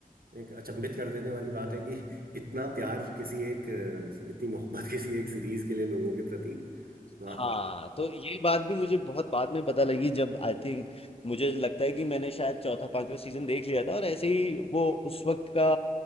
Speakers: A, on the right; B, on the left.
A: एक अचंभित कर देने वाली बात है कि <laughs> इतना प्यार किसी एक अ, इतनी मोहब्बत <laughs> किसी एक सीरीज के लिए लोगों के प्रति वाह
B: हाँ तो ये बात भी मुझे बहुत बाद में पता लगी जब आई थिंक मुझे लगता है कि मैंने शायद चौथा पांचवा सीजन देख लिया था और ऐसे ही वो उस वक्त का